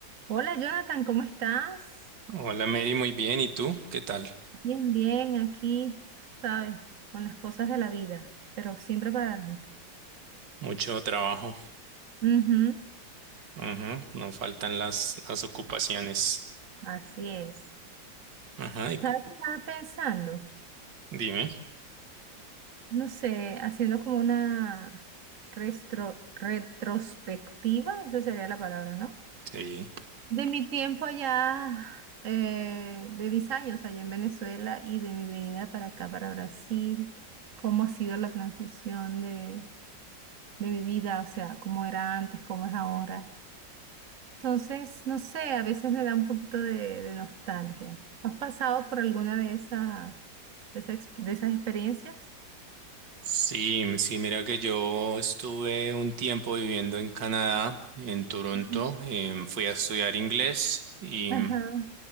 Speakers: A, on the right (about 45°); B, on the right (about 75°).
A: Hola Jonathan, ¿cómo estás?
B: Hola Mary, muy bien. ¿Y tú? ¿Qué tal?
A: Bien, bien, aquí, tú sabes, con las cosas de la vida, pero siempre para adelante.
B: Mucho trabajo.
A: Ujú,
B: Ajá, No faltan las, las ocupaciones.
A: así es.
B: Ajá, y cu-
A: ¿Sabes qué estaba pensando?
B: dime.
A: No sé, haciendo como una restro- retrospectiva, esa sería la palabra, ¿no?
B: Sí.
A: De mi tiempo allá, eh, de mis años allá en Venezuela y de mi venida para acá, para Brasil, cómo ha sido la transición de bebida, o sea, cómo era antes, cómo es ahora. Entonces, no sé, a veces me da un poquito de, de nostalgia. ¿Has pasado por alguna de esas, de esa ex- de esas experiencias?
B: Sí, m- sí, mira que yo estuve un tiempo viviendo en Canadá, en Toronto.
A: Ujú.
B: em, fui a estudiar inglés y
A: Ajá,